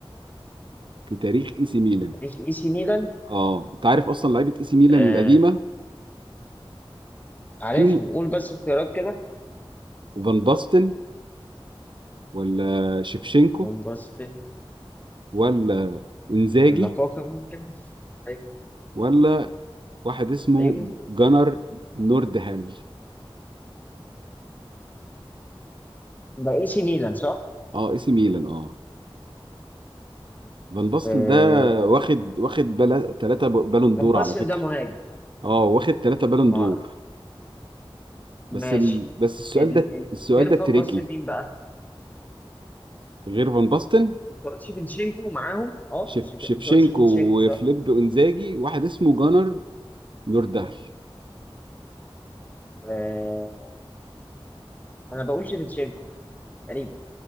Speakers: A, on the right; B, on the left.
A: في تاريخ اي سي ميلان
B: تاريخ اي سي ميلان
A: اه انت عارف اصلا لعيبه اي سي ميلان
B: آه
A: القديمه
B: عارفهم
A: فيهم
B: قول بس اختيارات كده
A: فان باستن ولا شيفشينكو
B: فان باستن
A: ولا انزاجي
B: ولا كاكا ممكن أيوة.
A: ولا واحد اسمه
B: ايوه
A: جنر نوردهام
B: ده اي سي ميلان صح؟
A: اه اي سي ميلان اه فان باستن
B: آه
A: ده واخد واخد بلا... تلاتة ب- بالون
B: فان
A: دور
B: باستن
A: على فكره
B: ده مهاجم
A: اه واخد تلاتة بالون
B: ما
A: دور بس
B: ماشي
A: ال... بس السؤال
B: ال...
A: ده
B: ال...
A: السؤال
B: غير
A: ده
B: فان
A: تريكي
B: باستن مين بقى؟
A: غير فان باستن
B: انت قلت شيفنشينكو معاهم اه
A: شيف...
B: شف...
A: شيفشينكو
B: انت قلت شيفنشينكو
A: وفليب
B: صح؟
A: انزاجي واحد اسمه جنر نوردهام
B: آه... انا بقول شيفنشينكو تقريبا